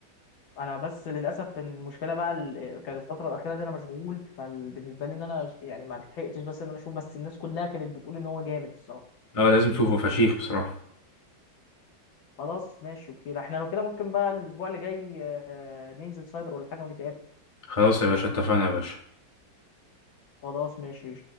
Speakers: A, on the left; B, on the left.
A: انا بس للاسف المشكله بقى ال- كانت الفتره الاخيره دي انا مشغول فبالنسبه لي ان انا ش- يعني ما لحقتش بس ان انا اشوف بس الناس كلها كانت بتقول ان هو جامد الصراحه
B: لا لازم تشوفه فشيخ بصراحة
A: خلاص ماشي اوكي لا احنا لو كده ممكن بقى الاسبوع اللي جاي آه، ننزل سايبر ولا حاجه ونتقابل
B: خلاص يا باشا اتفقنا يا باشا
A: خلاص ماشي